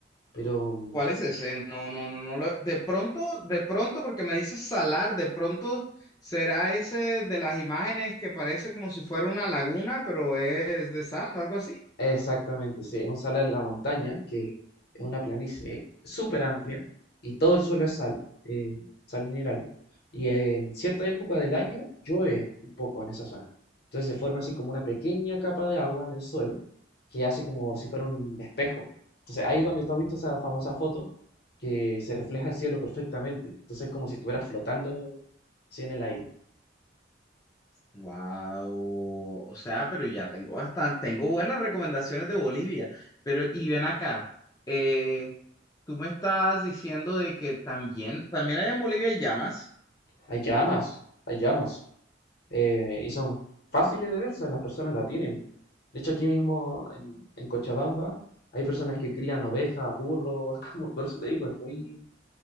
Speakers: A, on the left; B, on the left.
A: pero mm,
B: ¿Cuál es ese? No, no, no, no. lo- De pronto, de pronto, porque me dices salar, de pronto será ese de las imágenes que parece como si fuera una laguna, pero es de sal o algo así.
A: Exactamente, sí, es un salar en la montaña, que es una planicie súper amplia y todo el suelo es sal, eh, sal mineral. Y en cierta época del año llueve un poco en esa zona. Entonces se forma así como una pequeña capa de agua en el suelo que hace como si fuera un espejo. Entonces ahí es donde tú has visto esa famosa foto que se refleja el cielo perfectamente. Entonces es como si estuvieras flotando así en el aire.
B: Wow, o sea, pero ya tengo bastante, tengo buenas recomendaciones de Bolivia, pero y ven acá, eh, tú me estás diciendo de que también, también allá en Bolivia hay llamas.
A: Hay llamas, hay llamas. eh, y son fáciles de ver, o sea, las personas la tienen. De hecho, aquí mismo en, en Cochabamba hay personas que crían ovejas, burros, <laughs> es como, por eso te digo, es muy,